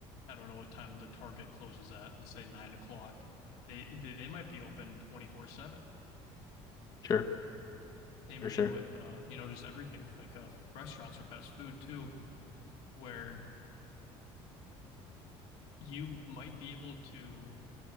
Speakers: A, on the left; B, on the left.
A: I don't know what time the Target closes at, let's say nine o'clock. They they, they might be open 24/7.
B: sure,
A: Same
B: sure,
A: thing
B: sure,
A: with uh, you know, just everything with like uh, restaurants or fast food too, where you might be able to